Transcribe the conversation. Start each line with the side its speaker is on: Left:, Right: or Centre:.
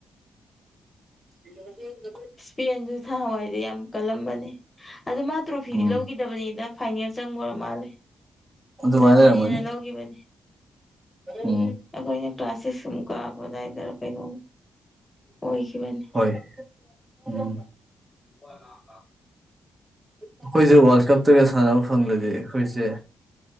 Right: <unintelligible>
Left: ꯏꯁꯄꯦꯟꯁꯨ ꯊꯍꯋꯥꯏꯗꯤ ꯌꯥꯝ ꯀꯜꯂꯝꯕꯅꯦ ꯑꯗꯨ ꯃꯥ ꯇ꯭ꯔꯣꯐꯤꯗꯤ
Right: ꯎꯝ
Left: ꯂꯧꯈꯤꯗꯕꯅꯤꯗ ꯐꯥꯏꯅꯦꯜ ꯆꯪꯕ ꯑꯣꯏꯔ ꯃꯥꯜꯂꯦ
Right: ꯑꯗꯨꯃꯥꯏꯅ
Left: ꯖꯔꯃꯅꯤꯅ
Right: ꯂꯩꯔꯝꯒꯅꯤ
Left: ꯂꯧꯒꯤꯕꯅꯤ
Right: ꯎꯝ
Left: ꯑꯩꯈꯣꯏꯅ ꯀ꯭ꯂꯥꯁ ꯁꯤꯛꯁ ꯀꯨꯛ ꯀꯛꯔꯛꯄ ꯑꯗꯨꯏꯗ ꯀꯩꯅꯣꯝ ꯑꯣꯏꯈꯤꯕꯅꯤ
Right: ꯍꯣꯏ ꯎꯝ
Left: <unintelligible>
Right: ꯑꯩꯈꯣꯏꯁꯨ ꯋꯥꯔꯜ ꯀꯞꯇꯒ ꯁꯥꯟꯅꯕ ꯐꯪꯂꯗꯤ ꯑꯩꯈꯣꯏꯁꯦ